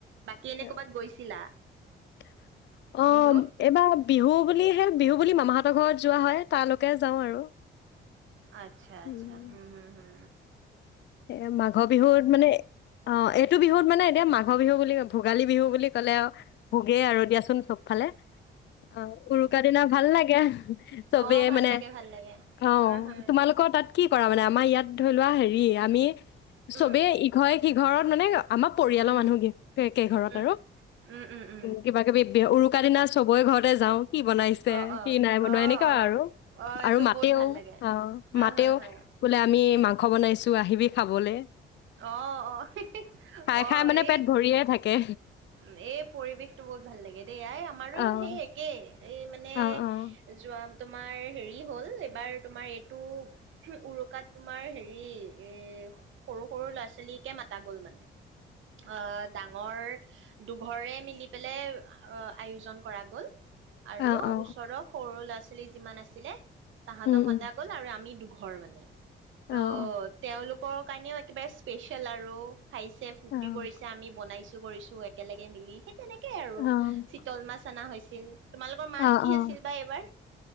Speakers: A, on the right (about 75°); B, on the left (about 65°).
A: বাকী, এনে
B: অ
A: ক'বাত গৈছিলা?
B: অ',
A: বিহুত?
B: এইবাৰ বিহু বুলিহে, বিহু বুলি মামাহতৰ ঘৰত যোৱা হয়, তালৈকে যাওঁ আৰু,
A: আচ্ছা-
B: উম
A: আচ্ছা, হম- হম- হম ',
B: এ মাঘৰ বিহুত মানে, অ' এ এইটো বিহুত মানে, এনে মাঘৰ বিহু বুলি ভোগালী বিহু বুলি ক'লে আও ভোগেই আৰু দিয়াচোন চব ফালে অ' উৰুকা দিনা ভাল লাগে, চবেই
A: অ', ভাল
B: মানে
A: লাগে ভাল লাগে
B: অ'
A: উম, হম।
B: তোমালোকৰ তাত কি কৰা মানে, আমাৰ ইয়াত ধৰি লোৱা হেৰি আমি চবেই
A: উম,
B: ইঘয়ে-সিঘয়ে ঘৰত মানে আ আমাৰ পৰিয়ালৰ
A: উম,
B: মানুহগি কে কেইঘৰত
A: উম,
B: আৰু
A: উম, উম, উম,
B: কিবা কিবি বিহু উৰুকা দিনা চ চবয়ে ঘৰতে যাওঁ কি বনাইছে,
A: অ', অ',
B: কি নাই বনোৱা
A: অ',
B: এনেকুৱা
A: অ',
B: আৰু,
A: অ', এইটো
B: আৰু মাতেও,
A: বহুত ভাল লাগে
B: অ',
A: হা,
B: মাতেও
A: হা, হা।
B: বোলে আমি মাং খবৰ নাই চো <unintelligible> আহিবি খাবলে
A: অ', অ' হেহ হেহ,
B: খাই
A: অ'
B: খাই মানে
A: এই,
B: পেট
A: গানটো
B: ভৰিয়ে থাকে
A: উম এই পৰিৱেশটো বহুত ভাল লাগে দেই আই আমাৰো
B: অ'
A: সেই একেই এই মানে,
B: অ' অ'
A: যোৱা তোমাৰ হেৰি হ'ল এইবাৰ তোমাৰ এইটো উৰুকাত তোমাৰ হেৰি এ সৰু সৰু ল'ৰা ছোৱালীকে মাতা গ'ল মানে অ ডাঙৰ দুঘৰে মিলি পেলাই আয়োজন কৰা গ'ল আৰু
B: অ' অ' অ'
A: ওচৰৰ সৰু লৰা ছ ছোৱালী যিমান আছিলে তাহাঁতক
B: উম
A: মাতা
B: উম
A: গ'ল আৰু আমি ঘৰ মানে ত
B: অ'
A: তেওঁলোক কাৰণেও কিবা স্পেচিয়েল আৰু খাইছে ফূৰ্তি
B: অ'
A: কৰিছে আমি বনাইছো কৰিছোঁ একেলগে মিলি সেই তেনেকেই আৰু
B: অ'
A: চিতল মাছ অনা হৈছে ও <unintelligible> তোমালোকৰ মাছ
B: অ'
A: কি
B: অ'
A: আছিল বা এইবাৰ